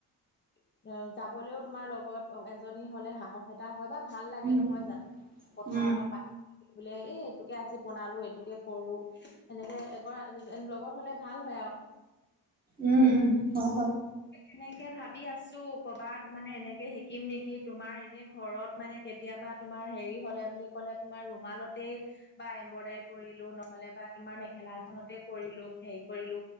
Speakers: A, on the left (about 30°); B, on the right (about 20°).
A: এ, যাবলেও তোমাৰ লগত, এজনী হ'লে সাহস এটা হয় বা ভাল লাগে
B: উম,
A: নহয় জানো, কথা
B: উম।
A: অলপ পাত বোলে এই এইটোকে আজি বনালো, এইটোকে কৰো, সেনেকে এগৰ লগত হ'লে ভাল হয় আৰু। <inaudible>
B: উ, উ, হয়, হয়।
A: এনেকে ভাবি আছ তো, কবাত মানে এনেকে শিকিম নেকি, তোমাৰ এনে ঘৰত মানে কেতিয়াবা তোমাৰ হেৰি হ'লে। বুলি ক'লে তোমাৰ ৰুমালতে বা এম্ব্ৰইডাৰি কৰিলোঁ, নহ'লে বা তোমাৰ মেখেলা এখনতে কৰি লো হেৰি কৰিলো,